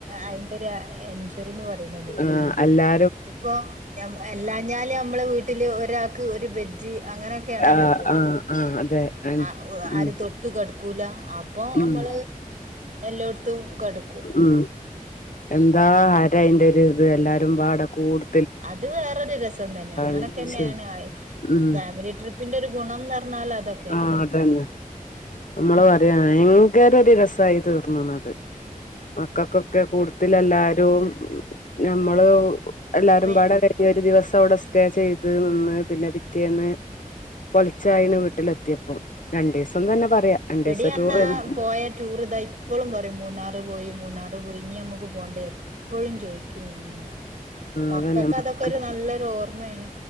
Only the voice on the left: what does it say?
ആഹ് അല്ലാ
ആഹ്
ആഹ് ആഹ് അതെ
ഉം
ഉം
ഉം എന്താ ഹരം അയിന്റെ ഒരു ഇത് എല്ലാരുമ്പാടെ കൂട്
കളിച്ച്
ഉം
ആഹ് അതന്നെ അമ്മള് പറയാന് ഭയങ്കര ഒരു രസായി തീർന്ന്ണത് മക്കക്കൊക്കെ കൂട്തിലെല്ലാരും എല്ലാരും ഞമ്മള് എല്ലാരും
പാട <unintelligible> ഒരു ദിവസം അവിടെ സ്റ്റേ ചെയ്ത് നിന്ന് പിന്നെ പിറ്റേന്ന് പൊലെച്ചായിന് വീട്ടിലെത്തിയപ്പം രണ്ടീസം തന്നെ പറയാ രണ്ടീസം
ടൂർ ആഹ്
അതന്നെ മക്ക്